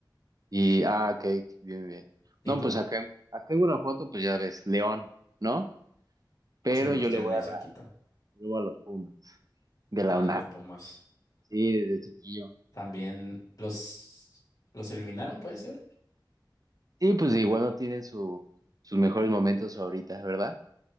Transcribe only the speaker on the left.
¿Y
tú?
Sí, los
tienen
ahí
cerquita.
Ah,
los Pumas.
También los, los eliminaron, puede ser.